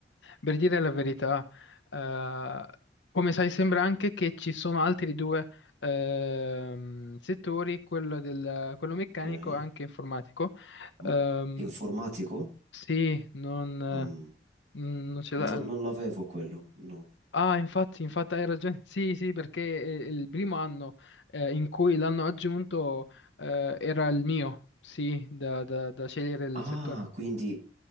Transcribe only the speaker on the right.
ok.
M-
informatico?
Mm,
non non l'avevo quello, no.
Ah,
quindi